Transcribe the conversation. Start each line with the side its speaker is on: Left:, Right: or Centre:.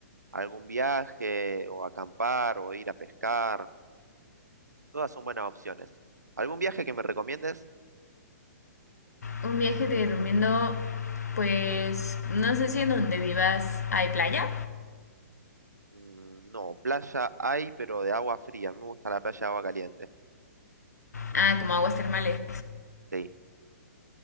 Right: algún viaje o acampar o ir a pescar. Todas son buenas opciones. ¿Algún viaje que me recomiendes?
Left: Un viaje te recomiendo, pues, no sé si en donde vivas hay playa,
Right: Mm, No, playa hay, pero de agua fría. Me gusta la playa de agua caliente.
Left: ah, como aguas termales.
Right: Sí.